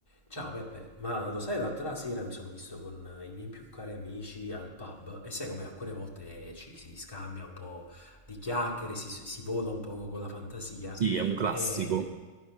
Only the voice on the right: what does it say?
Sì, è un classico.